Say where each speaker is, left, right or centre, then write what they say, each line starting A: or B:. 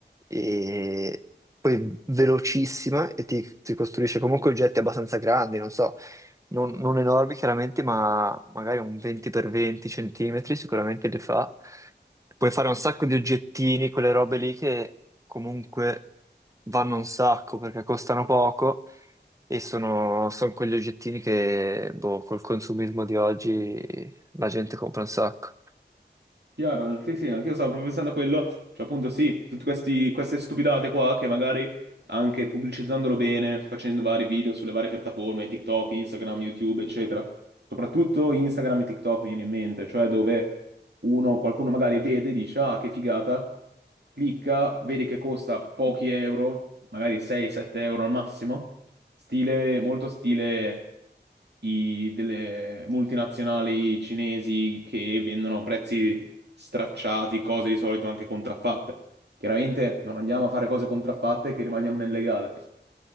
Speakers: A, on the right (about 15°); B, on the right (about 65°).
A: e poi velocissima e ti, ti costruisce comunque oggetti abbastanza grandi, non so, non, non enormi chiaramente, ma magari un 20x20 centimetri sicuramente li fa. Puoi fare un sacco di oggettini, quelle robe lì che comunque vanno un sacco perché costano poco e sono, sono quegli oggettini che, boh, col consumismo di oggi la gente compra un sacco.
B: Chiaro, sì, sì, anche io stavo proprio pensando a quello, cioè appunto sì, tutte questi- queste stupidate qua che magari anche pubblicizzandolo bene, facendo vari video sulle varie piattaforme, TikTok, Instagram, YouTube, eccetera, soprattutto Instagram e TikTok mi viene in mente, cioè dove uno, qualcuno magari vede, dice ah che figata, clicca, vede che costa pochi euro, magari 6-7 euro al massimo, stile, molto stile i- delle multinazionali cinesi che vendono prezzi stracciati, cose di solito anche contraffatte. Chiaramente non andiamo a fare cose contraffatte che rimaniamo nel legale,